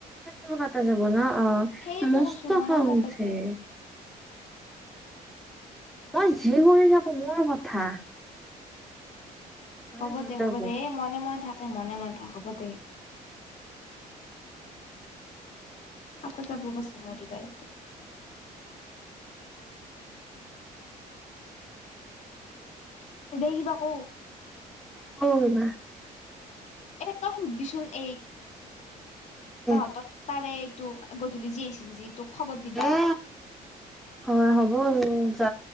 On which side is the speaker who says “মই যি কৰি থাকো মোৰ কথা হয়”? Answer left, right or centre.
Centre